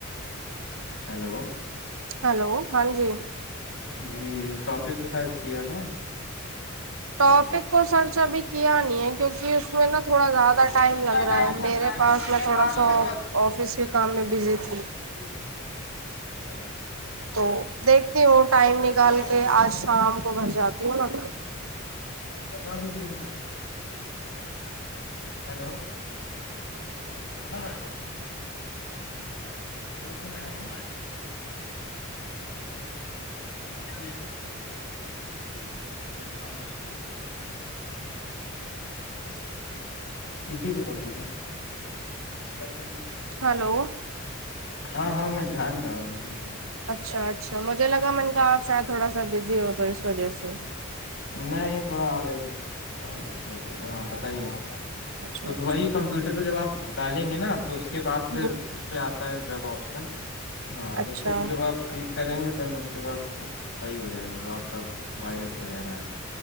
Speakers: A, on the left; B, on the right.
A: ہلو
B: ہلو ہاں جی
A: جی اس ٹاپک کو سرچ کیا تھا
B: ٹاپک کو سرچ ابھی کیا نہیں ہے کیوںکہ اس میں نا تھوڑا زیادہ ٹائم لگ رہا
A: ٹائم
B: ہے
A: لگ
B: میرے
A: رہا
B: پاس
A: ہے میرے
B: میں تھوڑا
A: پاس
B: سا
A: میں
B: آفس کے کام میں بزی تھی
A: جی اچھ
B: تو دیکھتی ہوں ٹائم
A: کہہ رہے
B: نکال
A: چار
B: کے
A: سو روپئے
B: آج
A: بچا
B: شام کو گھر جاتی ہوں نا
A: بتا دیجیے ان کو ہیلو کتنا بچا تھا اچھا پھر دن آئےتی ٹھیک ہے وہی سو مائن اسی پہ کر دیجےار آ
B: ہلو
A: ہاں ہاں میں جان رہا ہوں جان رہا ہوں
B: اچھا اچھا مجھے لگا من کا آپ شاید تھوڑا سا بزی ہو تو اس وجہ سے
A: نہیں تھوڑا آ گئے تو آ گئے تھ ایک لوگ ہاں بتائیے
B: اچھا
A: تو
B: اچھا
A: وہی کمپیوٹر پہ جب آپ ڈالیں گے نا تو اس کے بعد پھر
B: ہ
A: اس پہ آپ ہے ویب آپشن ہاں تو
B: اچھا
A: اس کو جب آپ کلک کریں گے دین اس کے بعد صحیح ہو جائے گا جو آپ کا وائرس وغیرہ ہے